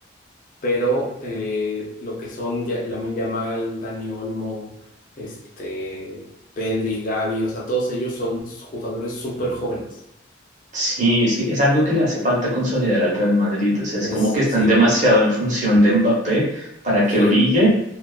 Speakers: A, on the left; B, on the right.
A: pero eh, lo que son Ya- Lamine Yamal, Dani Olmo, este, Pedri, Gavi, o sea, todos ellos son jugadores súper jóvenes.
B: Sí, sí, es algo que le hace falta consolidar al Real Madrid, o sea, es
A: Es,
B: como que están
A: sí,
B: demasiado en función de Mbappé para
A: sí,
B: que brille,